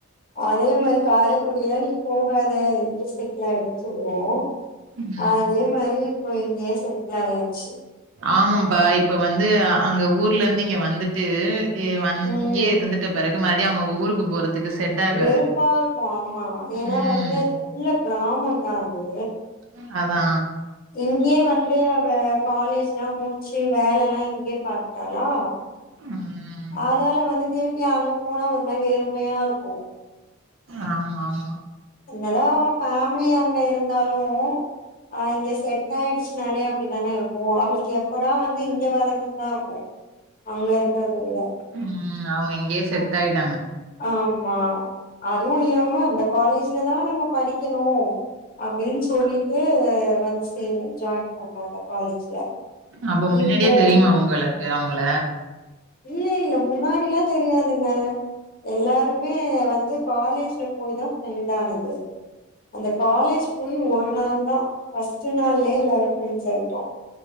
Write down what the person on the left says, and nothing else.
அதே மாரி காரக்குடிலா நீ போகாத இங்கயே செட்ல் ஆய்டுன் சொல்லுவோ
அதே மாரி இப்போ இங்கயே செட்ல் ஆயாச்சு
ம்
வெறுப்பா இருக்கு ஆமா ஏனா
வந்து அது உள்ள கிராமந்தா அது
இங்கயே வந்து அவ காலேஜ்லா முடிச்சு வேலல்லா இங்கயே பாத்துட்டாளா
அதுனால வந்து திருப்பி அங்க போனா ஒரு மாரி வெறுமையா இருக்கு
என்னதா அவ ஃபேம்லி அங்க இருந்தாலு ஆ இங்க செட் ஆய்டுச்னாலே அப்டிதான இருக்கு அவளுக்கு எப்படா வந்து இங்க வரதுந்தா இருக்கு அங்க இருக்கறத விட
ஆமா அதுவு இல்லாம இந்த காலேஜ்லதா நாங்க படிக்கணு அப்டின் சொல்லிட்டு வந் சேர்வனே ஜாய்ன் பண்ணா அந்த காலேஜ்ல
இப்போ
இல்ல இல்ல முன்னாடில்லா தெரியாதுங்க எல்லாருமே வந்து காலேஜ்ல போய்தா ஃப்ரெண்டானது அந்த காலேஜ் போய் ஒரு நாள்தா ஃபஸ்ட்டு நாள்லே எல்லாரு ஃப்ரெண்ட்ஸ் ஆய்ட்டோ